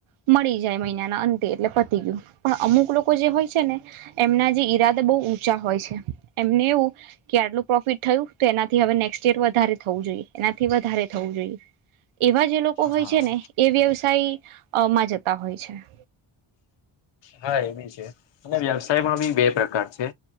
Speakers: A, on the right; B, on the left.
A: મળી જાય મહિનાના અંતે એટલે પતી ગયું પણ અમુક લોકો જે હોય છે ને એમના જે ઈરાદા બઉ ઊંચા હોય છે એમને એવું કે આટલું પ્રોફિટ થયું તો એનાથી હવે નેક્સ્ટ યર વધારે થવું જોઈએ એનાથી વધારે થવું જોઈએ એવા જે લોકો હોય
B: હા
A: છે ને એ વ્યવસાય અ માં જતા હોય છે. <inaudible>
B: હા એ બી છે અને વ્યવસાયમાં બી બે પ્રકાર છે.